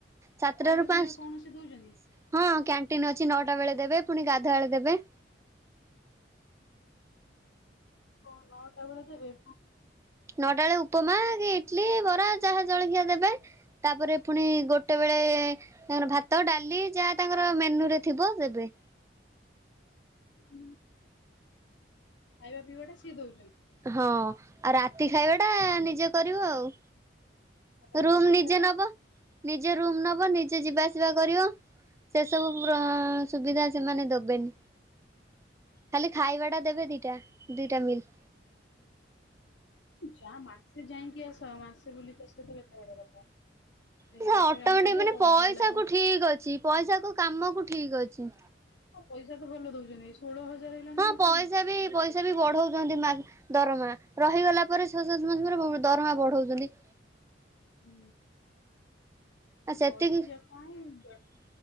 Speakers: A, on the right (about 15°); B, on the left (about 75°).
A: ସାତ
B: ଖାଇବା
A: ଟା ରୁ ପାଞ୍ଚ
B: ପିଇବା କଣ
A: ହଁ
B: ସେ ଦଉଛନ୍ତି?
A: କ୍ୟାଣ୍ଟିନ ଅଛି ନଅଟା ବେଳେ ଦେବେ ପୁଣି ଗାଧୁଆବେଳେ ଦେବେ।
B: ହ ନଅଟା ବେଳେ ଦେବେ।
A: ନଅଟା ବେଳେ ଉପମା କି ଇଟଲି ବରା ଚାହା ଜଳଖିଆ ଦେବେ। ତାପରେ ପୁଣି ଗୋଟେ ବେଳେ ତାଙ୍କର ଭାତ ଡାଲି ଯାହା ତାଙ୍କର ମେନ୍ୟରେ ଥିବ ଦେବେ।
B: ହୁଁ। ଖାଇବା ପିଇବା ଟା ସିଏ ଦଉଛନ୍ତି।
A: ହଁ ଆଉ ରାତି ଖାଇବା ଟା ନିଜେ କରିବ ଆଉ।
B: ଖାଇବା ପିଇବା
A: ରୁମ ନିଜେ ନବ ନିଜେ ରୁମ ନବ
B: ଟା
A: ନିଜେ ଯିବା ଆସିବା କରିବ। ସେ ସବୁ ସୁବିଧା ସେମାନେ ଦେବେନି। ଖାଲି ଖାଇବା ଟା ଦେବେ ଦିଟା ଦିଟା ମିଲ୍।
B: ଯା ମାସେ ଯାଇକି ଆସ ମାସେ ବୁଲିକି ଆସିଲ ତ କେତେ ବଡ କଥା। ଯାଇକି
A: ସିଏ
B: ମାସେ
A: ଅଟୋମେଟିକ
B: କାମ କରିଦବ
A: ମାନେ
B: ତମକୁ
A: ପଇସାକୁ
B: ଭଲ ଲାଗିଲା
A: ଠିକ ଅଛି ପଇସାକୁ କାମକୁ ଠିକ ଅଛି।
B: ହ ପଇସା ତ ଭଲ ଦଉଛନ୍ତି ଏଇ ଷୋହଳ ହଜାର ହେଇଲାଣି
A: ହଁ
B: କଣ
A: ପଇସା
B: କମ
A: ବି ପଇସା ବି ବଢଉଛନ୍ତି ଦରମା ରହିଗଲା ପରେ ଛଅ ସାତ ମାସ ପରେ ଦରମା ବଢଉଛନ୍ତି।
B: ହୁଁ।
A: ଆଉ
B: ରହି
A: ସେତିକି
B: ଜା କାଇ ଏମତି